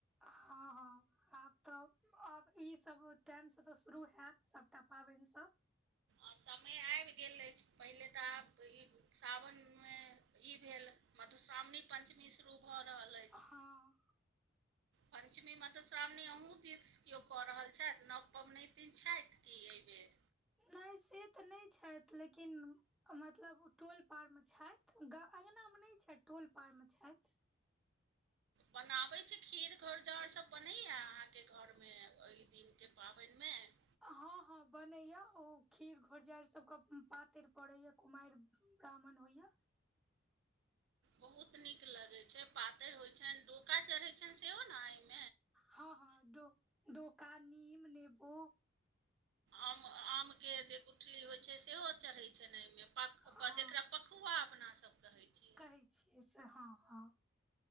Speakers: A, in the centre; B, on the right (about 65°).
A: हां-हां। आब तब आब ई सब टाइम से तै शुरू हैत सबटा पाबैन सब?
B: अ समय आएब गेल ऐछ, पहिले तऽ आब ई साबन मे ई भेल मधुश्रामणी, पंचमी शुरू भऽ रहल ऐछ।
A: हँ
B: पंचमी, मधुश्रामणी अहूँ दिस कियो कऽ रहल छैथ नव पबनैतिन छैथ। की ऐ बेेर?
A: नै से तऽ नै छैथ लेकिन मतलब ओ टोल पार मे छैथ। गा-अँगना में नैय छैइथ, टोल पार में छैथ।
B: बनाबै छी खीर घौरजाउर सब, बनैया अहाँके घर में ओहि दिन के पाबैन में?
A: हँ-हँ बनैयैऽ, ओ खीर घोरजाइड़ सबके पातैर पड़ैयैऽ, कुमाइर ब्राह्मण होइयैऽ।
B: बहुत नीक लगै छै, पातैर होइ छैन, डोका चरहै छैन सेहो न अइ म
A: हँ-हँ, डो-डोका, नीम, नेबो।
B: आम-आम के जे गुठली होइ छै, सेहो चरहै छेनाइ में, पक-प-जेकरा
A: हँ
B: पखुवा अपना सब कहै छियै
A: कहै छियै से, हँ-हँ,